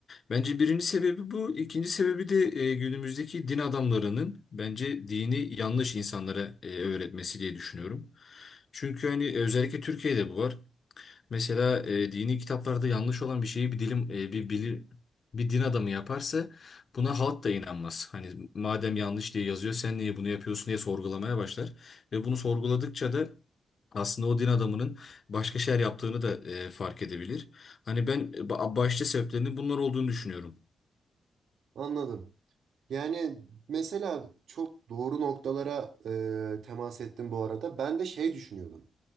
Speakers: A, on the left; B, on the right.
A: Bence birinci sebebi bu. İkinci sebebi de e, günümüzdeki din adamlarının bence dini yanlış insanlara e, öğretmesi diye düşünüyorum. Çünkü hani özellikle Türkiye'de bu var. Mesela e, dini kitaplarda yanlış olan bir şeyi bir dilim e, bir bilir bir din adamı yaparsa buna halk da inanmaz. Hani madem yanlış diye yazıyor sen niye bunu yapıyorsun diye sorgulamaya başlar. Ve bunu sorguladıkça da aslında o din adamının başka şeyler yaptığını da e, fark edebilir. Hani ben ba- başta sebeplerinin bunlar olduğunu düşünüyorum.
B: Anladım. Yani mesela çok doğru noktalara e, temas ettim bu arada. Ben de şey düşünüyordum.